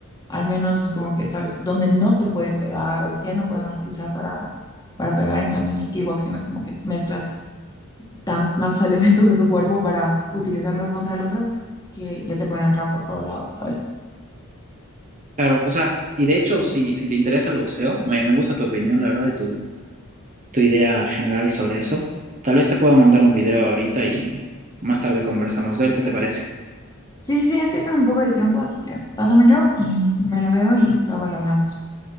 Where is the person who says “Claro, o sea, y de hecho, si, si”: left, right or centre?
Right